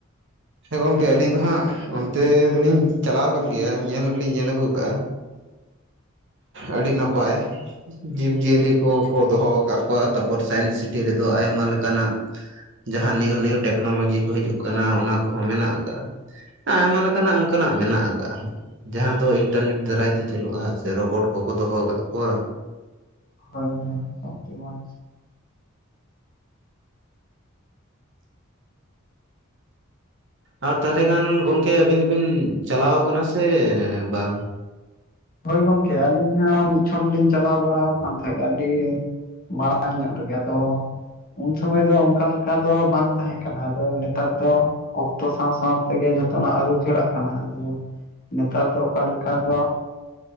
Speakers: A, on the right; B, on the left.
A: ᱦᱮᱸ ᱜᱚᱝᱠᱮ ᱟᱹᱞᱤᱧ ᱫᱚ ᱦᱟᱸᱜ ᱚᱱᱛᱮ ᱫᱚᱞᱤᱧ ᱪᱟᱞᱟᱣ ᱠᱟᱱ ᱜᱮᱭᱟ, ᱧᱮᱞ ᱦᱚᱞᱤᱧ ᱧᱮᱞ ᱟᱹᱜᱩᱣ ᱠᱟᱜᱼᱟ᱾
B: <inaudible>
A: ᱟᱹᱰᱤ ᱱᱟᱯᱟᱭ᱾ ᱡᱤᱵᱽᱡᱤᱭᱟᱹᱞᱤ ᱠᱚᱠᱚ ᱫᱚᱦᱚᱣ ᱠᱟᱜ ᱠᱚᱣᱟ ᱛᱟᱯᱚᱨ ᱥᱟᱭᱮᱱᱥ ᱥᱤᱴᱤ ᱨᱮᱫᱚ ᱟᱭᱢᱟ ᱞᱮᱠᱟᱱᱟᱜ ᱡᱟᱦᱟᱸ ᱱᱤᱭᱩ ᱱᱤᱭᱩ ᱴᱮᱠᱱᱳᱞᱚᱡᱤ ᱠᱚ ᱦᱤᱡᱩᱜ ᱠᱟᱱᱟ ᱚᱱᱟ ᱠᱚᱦᱚᱸ ᱢᱮᱱᱟᱜ ᱠᱟᱜᱼᱟ᱾ ᱟᱭᱢᱟ ᱞᱮᱠᱟᱱᱟᱜ ᱚᱝᱠᱟᱱᱟᱜ ᱢᱮᱱᱟᱜ ᱠᱟᱜᱼᱟ ᱦᱟᱸᱜ᱾ ᱡᱟᱦᱟᱸ ᱫᱚ ᱤᱱᱴᱟᱨᱱᱮᱴ ᱫᱟᱨᱟᱭ ᱛᱮ ᱪᱟᱹᱞᱩᱜᱼᱟ ᱥᱮ ᱨᱚᱵᱚᱴ ᱠᱚᱠᱚ ᱫᱚᱦᱚᱣ ᱠᱟᱫ ᱠᱚᱣᱟ᱾
B: ᱦᱳᱭ ᱦᱳᱭ ᱟᱹᱰᱤ ᱢᱚᱡᱽ᱾
A: ᱟᱨ ᱛᱟᱦᱞᱮ ᱠᱷᱟᱱ ᱜᱚᱝᱠᱮ ᱟᱹᱵᱤᱱ ᱫᱚᱵᱤᱱ ᱪᱟᱞᱟᱣ ᱠᱟᱱᱟ ᱥᱮ ᱵᱟᱝ?
B: ᱦᱳᱭ ᱜᱚᱝᱠᱮ ᱟᱹᱞᱤᱧ ᱦᱚᱸ ᱢᱤᱫ ᱪᱷᱚᱴ ᱞᱤᱧ ᱪᱟᱞᱟᱣ ᱵᱟᱲᱟᱣ ᱠᱟᱱ ᱛᱟᱦᱮᱸᱫ ᱟᱹᱰᱤ ᱢᱟᱲᱟᱝ ᱧᱚᱜ ᱨᱮᱜᱮ ᱟᱫᱚ ᱩᱱ ᱥᱚᱢᱚᱭ ᱫᱚ ᱚᱝᱠᱟ ᱞᱮᱠᱟ ᱫᱚ ᱵᱟᱝ ᱛᱟᱦᱮᱸ ᱠᱟᱱᱟ, ᱟᱫᱚ ᱱᱮᱛᱟᱨ ᱫᱚ ᱚᱠᱛᱚ ᱥᱟᱶ ᱥᱟᱶ ᱛᱮᱜᱮ ᱡᱷᱚᱛᱚᱱᱟᱜ ᱟᱹᱨᱩ ᱯᱷᱮᱨᱟᱜ ᱠᱟᱱᱟ, ᱟᱫᱚ ᱱᱮᱛᱟᱨ ᱫᱚ ᱚᱠᱟ ᱞᱮᱠᱟ ᱠᱚ